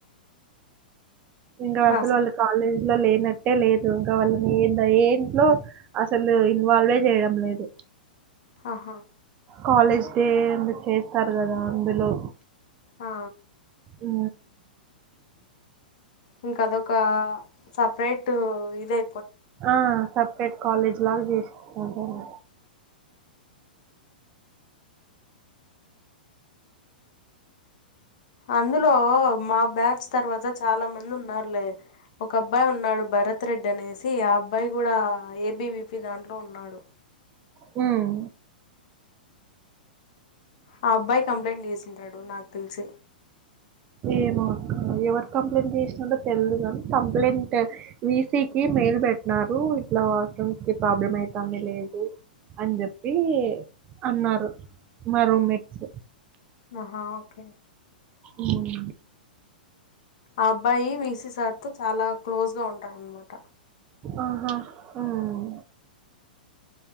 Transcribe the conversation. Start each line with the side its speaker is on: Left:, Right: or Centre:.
Right: ఇంగా
Left: రాసా
Right: అసలు వాళ్ళు కాలేజీ లో లేనట్టే లేదు ఇంకా వాళ్ళని ద ఏంట్లో. అసలు ఇన్వాల్వే చేయడం లేదు.
Left: ఆహా
Right: కాలేజ్ డే అందుకే చేస్తారు కదా అందులో.
Left: ఆ
Right: ఆ
Left: ఇంకా అదొక సపరేట్ ఇదై.
Right: ఆ సపరేట్ కాలేజ్ లాగా చేసికుంటారు.
Left: అందులో మా బ్యాచ్ తర్వాత చాలా మంది ఉన్నారులే. ఒక అబ్బాయి ఉన్నాడు భరత్ రెడ్డి అనేసి ఆ అబ్బాయి కూడా ఏబివిపి దాంట్లో ఉన్నాడు.
Right: హ్మ్మ్
Left: ఆ అబ్బాయి కంప్లైంట్ చేసింటాడు నాక్ తెలిసి.
Right: ఏమో అక్కా ఎవరు కంప్లైంట్ చేసినాందో తెల్దు కానీ కంప్లైంట్. విసీ కి మెయిల్ పెట్టినారు ఇట్లా వాస్త్రూమ్ కి ప్రాబ్లమ్ అయితుంది లేదు. అని చెప్పి అన్నారు మా రూమేట్స్.
Left: ఆహా ఓకే
Right: హ్మ్మ్
Left: ఆ అబ్బాయి విసీసార్ తో చాలా క్లోజ్ గా ఉంటారు అనమాట.
Right: ఆహా హ్మ్మ్